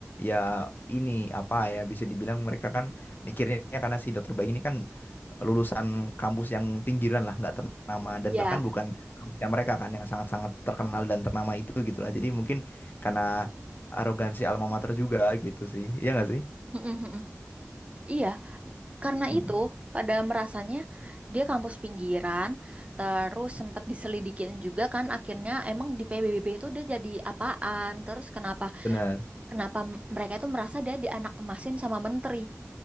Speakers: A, on the left; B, on the right.
A: ya ini apa ya bisa dibilang mereka kan mikirnya karena si dokter baik ini kan lulusan kampus yang pinggiran lah nggak ternama
B: Iya.
A: dan bahkan bukan kampusnya mereka kan yang sangat-sangat terkenal dan ternama itu gitu lah. Jadi mungkin karena arogansi alma mater juga gitu sih. Iya nggak sih?
B: mm mm-mm. Iya, Karena
A: Mm.
B: itu, pada merasanya dia kampus pinggiran, terus sempat diselidikin juga kan akhirnya emang di PBB itu dia jadi apaan, terus kenapa
A: Benar,
B: kenapa m- mereka itu merasa dia di anak emasin sama menteri.